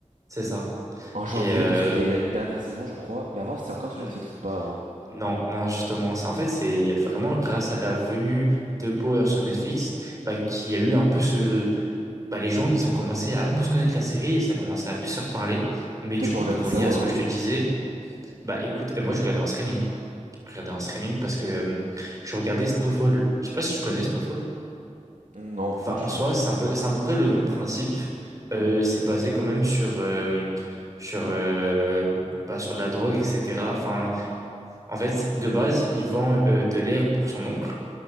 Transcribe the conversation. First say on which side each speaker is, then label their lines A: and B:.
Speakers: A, on the right (about 25°); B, on the right (about 90°).
A: c'est ça.
B: En janvier,
A: Et euh,
B: parce qu'il y a eu là une dernière saison, je crois. Mais avant, c'était encore sur
A: hmm,
B: Netflix ou pas avant?
A: non, non, justement, c'est en fait, c'est vraiment grâce à la venue de Power sur Netflix, bah, qu'il y a eu un peu ce, bah, les gens, ils ont commencé à plus connaître la série et ça a commencé à plus se reparler. Mais
B: Toi,
A: du
B: tu
A: coup,
B: regardais
A: pour revenir
B: ça où
A: à
B: avant?
A: ce que je te disais, bah, écoute, euh, moi, je regardais en streaming. Je regardais en streaming parce que euh, je regardais Snowfall. Je sais pas si tu connais Snowfall.
B: Non,
A: Enfin,
B: pas du
A: en soi,
B: tout.
A: c'est un peu, c'est à peu près le même principe. Euh, c'est basé quand même sur, euh, sur, euh, bah, sur de la drogue, etc. Enfin, en fait, de base, il vend euh, de l'air pour son oncle.